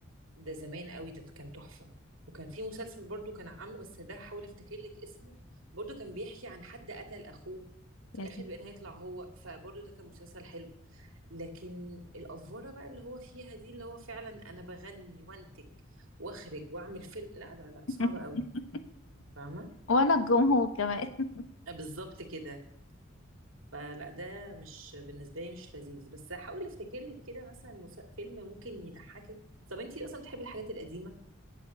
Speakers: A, on the right (about 75°); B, on the left (about 80°).
A: ده زمان قوي ده كان تحفة وكان في مسلسل برضو كان عامله بس ده حاول أفتكر لك اسمه برضو كان بيحكي عن حد قتل أخوه في
B: لازم.
A: الآخر بقى هيطلع هو فبرضو ده كان مسلسل حلو لكن الأفورة بقى اللي هو فيها دي اللي هو فعلا أنا بغني وأنتج وأخرج وأعمل فيلم لا لا لا صعبة
B: <laughs>
A: قوي فاهمة
B: وانا الجمهور كمان <laughs>
A: آه، بالظبط كده فلا ده مش بالنسبه لي مش لذيذ بس هحاول افتكر لك كده مثلا مس- فيلم ممكن يضحكك طب انتي اصلا بتحبي الحاجات القديمه